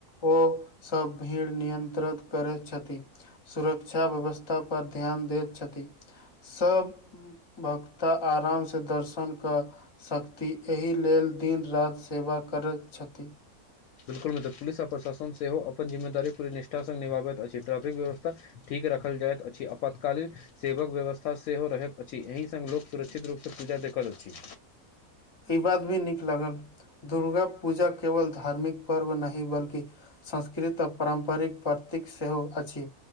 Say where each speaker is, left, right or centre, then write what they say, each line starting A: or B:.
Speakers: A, on the left; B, on the left.
A: ओ सब भीड़ नियंत्रित करैत छथि। सुरक्षा व्यवस्था पर ध्यान दैत छथि। सब भक्ता आरामसँ दर्शन कऽ सकती। एहि लेल दिन राति सेवा करैत छथि।
B: बिल्कुल नहि तऽ पुलिस आ प्रशासन सेहो अपन जिम्मेदारी पूरी निष्ठासँ निभाबैत अछि। ट्रैफिक व्यवस्था ठीक रखल जाइत अछि। अपतकालीन सेवक व्यवस्था सेहो रहैत अछि। एहि संग लोक सुरक्षित रूपसँ पूजा देखत अछि।
A: ई बात भी नीक लगल। दुर्गा पूजा केवल धार्मिक पर्व नहि बल्कि संस्कृत आ पारम्परिक प्रतीक सेहो अछि।